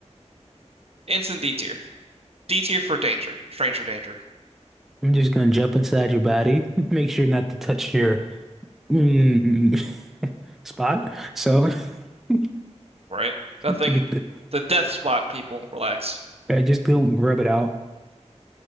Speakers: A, on the right; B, in the centre.
A: Instant D tier. D tier for danger, stranger danger.
B: just gonna jump inside your body. Make sure not to touch your mm, <laughs> spot." So, <laughs>
A: right? Nothing.
B: get the-
A: The death spot people, relax.
B: I just don't rub it out.